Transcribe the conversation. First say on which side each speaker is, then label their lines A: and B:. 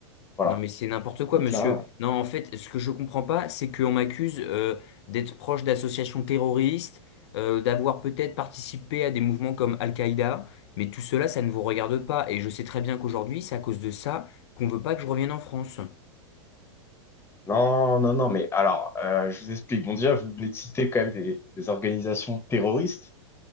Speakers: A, on the left (about 15°); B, on the left (about 65°).
A: Voilà.
B: Non mais c'est n'importe quoi,
A: Donc
B: monsieur.
A: là,
B: Non, en fait, ce que je comprends pas, c'est qu'on m'accuse euh, d'être proche d'associations terroristes, euh, d'avoir peut-être participé à des mouvements comme Al-Qaïda, mais tout cela, ça ne vous regarde pas. Et je sais très bien qu'aujourd'hui, c'est à cause de ça qu'on veut pas que je revienne en France.
A: non, non, non, mais alors, euh, je vous explique. Bon, déjà, vous venez de citer quand même des, des organisations terroristes.